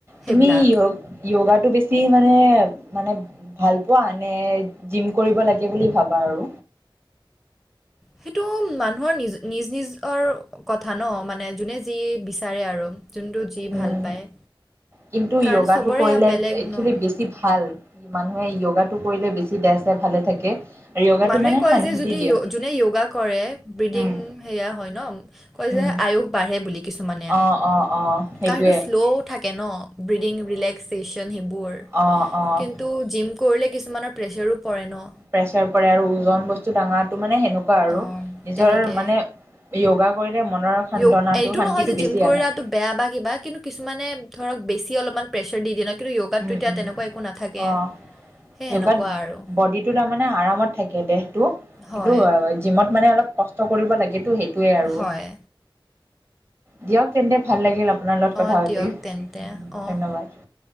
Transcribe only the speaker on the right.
তুমি
য়োগ য়োগাটো, বেছি মানে মানে। ভালপোৱা নে জিম, কৰিব লাগে বুলি ভাবা আৰু।
উম
কিন্তু
য়োগাটো
কৰিলে
একচুৱেলি
বেছি ভাল মানুহে য়োগাটো, কৰিলে বেছি দেহ চেহ ভালে থাকে। আৰু য়োগাটো
মানে
শান্তি
দিয়ে
উম
উম
অ অ অ সেইটোৱে
অঁ অঁ।
প্ৰেচাৰ পৰে আৰু ওজন বস্তু দাঙাটো মানে সেনেকুৱা আৰু
নিজৰ
মানে। য়োগা, কৰিলে মনৰ সান্তনাটো
শান্তিটো
বেছি
আহে।
উম
উম
অ
য়োগাত,
বডিটো তাৰমানে আৰামত থাকে দেহটো।
কিন্তু জিমত মানে অলপ। কষ্ট কৰিব লাগেতো সেইটোয়ে আৰু
দিয়ক তেন্তে ভাল লাগিল আ। আপোনাৰ লগত কথা
পাতি
ধন্যবাদ।